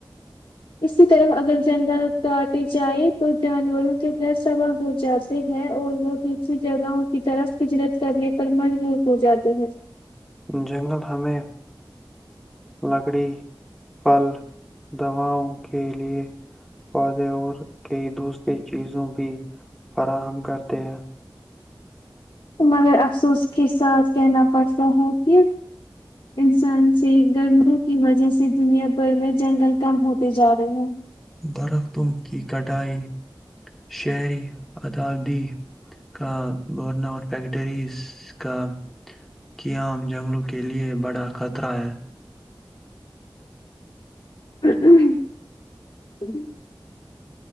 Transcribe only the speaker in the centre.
جنگل ہمیں لکڑی پھل دواوں کے لیے پودے اور کئی دوسری چیزوں بھی فراہم کرتے ہیں
درختوں کی کٹائی شہری ادی کا بورنور فیکٹریز کا قیام جنگلوں کے لیے بڑا خطرہ ہے